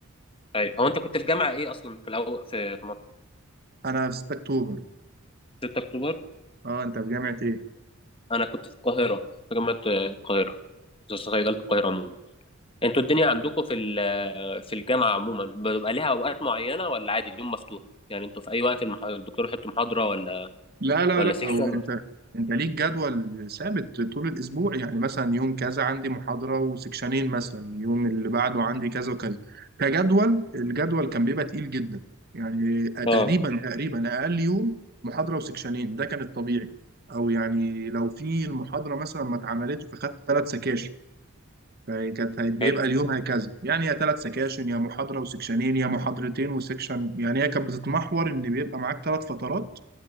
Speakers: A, on the left; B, on the right.
A: ايوه هو انت كنت في جامعه ايه اصلا في الاول في في منطقة
B: انا في 6 اكتوبر
A: 6 اكتوبر
B: اه انت في جامعة ايه؟
A: انا كنت في القاهره في جامعه القاهره في صيدله القاهره عموما انتوا الدنيا عندكم في ال- في الجامعه عموما بيبقى ليها اوقات معينه ولا عادي اليوم مفتوح يعني انتوا في اي وقت المح... الدكتور يحط محاضره ولا
B: لا لا
A: ولا
B: لا
A: سيكشن
B: هو
A: ولا
B: انت انت ليك جدول ثابت طول الاسبوع يعني مثلا يوم كذا عندي محاضرة وسكشنين مثلا يوم اللي بعده عندي كذا وكذا كجدول الجدول كان بيبقى تقيل جدا يعني تقريبا
A: اه
B: تقريبا اقل يوم محاضرة وسكشنين ده كان الطبيعي او يعني لو في المحاضرة مثلا ما اتعملتش فخدت ثلاث سكاشن فكانت هي- بيبقى
A: حلو
B: اليوم هكذا يعني يا ثلاث سكاشن يا محاضرة وسكشنين يا محاضرتين وسكشن يعني هي كانت بتتمحور ان بيبقى معاك ثلاث فترات